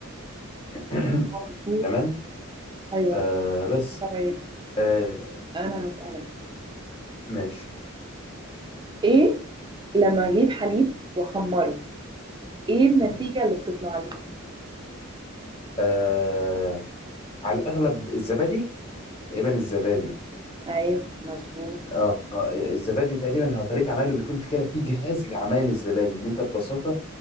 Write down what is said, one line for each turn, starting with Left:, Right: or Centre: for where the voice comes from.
Left: <clears throat>
Right: مظبوط
Left: تمام
Right: ايوه
Left: آه بس
Right: طيب
Left: آه،
Right: انا هسألك
Left: ماشي
Right: ايه لما اجيب حليب واخمره ايه النتيجة
Left: مم.
Right: اللي بتطلع لي
Left: آه على الأغلب الزبادي تقريبا الزبادي
Right: ايوه مظبوط
Left: آه آه، الزبادي تقريبا هو طريقة عمايله بيكون في كده في جهاز لعمايل الزبادي إن أنت ببساطة